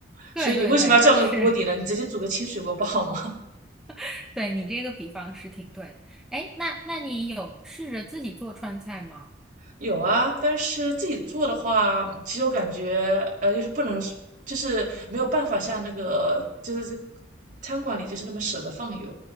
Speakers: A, in the centre; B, on the right (about 45°).
A: 对对对，
B: 所以你为什么要叫那个锅底呢？
A: 是，
B: 你直接煮个清水锅不好吗？
A: <laughs> 对你这个比方是挺对的，哎，那那你有试着自己做川菜吗？
B: 有啊，但是自己做的话，其实我感觉，呃，就是不能，就是没有办法像那个，就是这餐馆里就是那么舍得放油，